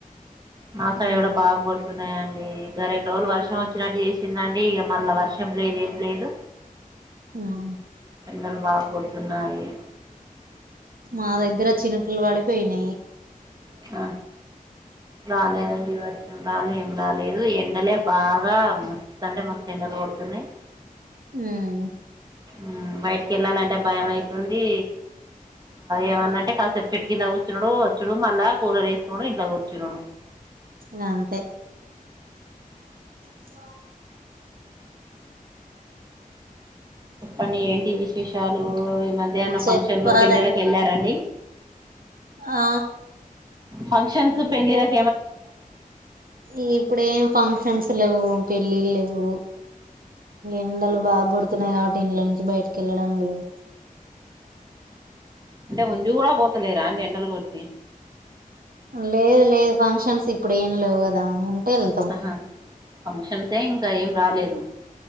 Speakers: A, on the right (about 25°); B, on the right (about 75°).
A: మా సైడు
B: ఆహా
A: బాగ కొడు న్నాయండి ఇక రెండు రోజులు వర్షం వచ్చినట్టు చేసిందండి ఇక మళ్ళా వర్షం లేదు ఏం లేదు
B: ఉమ్
A: ఎండలు బాగా కొడుతున్నాయి
B: మా దగ్గర చినుకులు పడి పోయినాయి
A: ఆ రాలేదండి వర్షం రలు ఏం రాలేదు ఎండలే బాగా మస్ తంటే మస్తు ఎంలో కొడుతున్నాయి
B: ఉమ్
A: ఉ బయటికి వెళ్ళాలంటే భయం అయితుంది ఏమందంటే కాసేపు చెట్టు కింద కూర్చున్నాడు మళ్ళా కూలర్ ఏసుకుడు కూర్చుడు
B: గంతే ఆ
A: పని ఏంటి విశేషం సాలు ఈ మధ్యాన
B: చెప్పాలే
A: ఫంక్షన్లు పెళ్లిలకు వెళ్ళారండి
B: ఆ
A: ఫంక్షన్స్ పెళ్లిలకు
B: ఈ ఇప్పుడు ఏం ఫంక్షన్స్ లేవు పెళ్లిళ్లు లేవు ఎండలు బాగు కొడుతున్నాయి ఇంటి నుంచి బయటికి వెళ్ళడం లేదు
A: అంటే ఉందు కూడా పోతలేరా అంట ఎండలు కొడితే
B: లేదు లేదు ఫంక్షన్స్ ఇప్పుడు ఏం లేవు కదా ఉ వెళ్తాం
A: ఆహా ఫంక్షన్సే ఇంకా ఏం రాలేదు